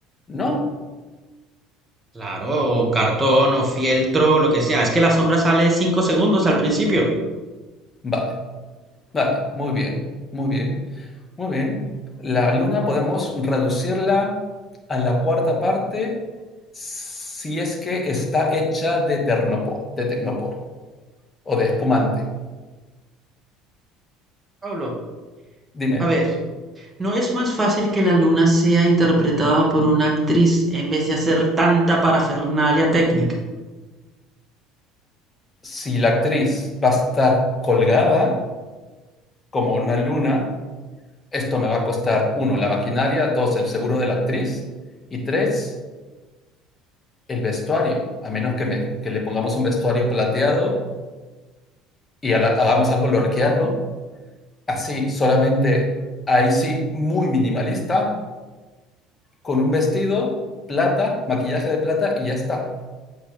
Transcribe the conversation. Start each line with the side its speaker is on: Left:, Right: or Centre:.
Left: ¿no?
Right: Claro, o cartón o fieltro, lo que sea. Es que la sombra sale cinco segundos al principio.
Left: Vale. Vale, muy bien, muy bien, muy bien. La luna podemos reducirla a la cuarta parte si es que está hecha de, ternopor de tecnopor o de espumante.
Right: Pablo,
Left: Dime,
Right: a ver, ¿no es más fácil que la luna sea interpretada por una actriz en vez de hacer tanta parafernalia técnica?
Left: si la actriz va a estar colgada como una luna, esto me va a costar, uno, la maquinaria, dos, el seguro de la actriz y tres, el vestuario, a menos que, me- que le pongamos un vestuario plateado y ala- hagamos algo lorquiano Así, solamente ahí sí, muy minimalista, con un vestido, plata, maquillaje de plata y ya está.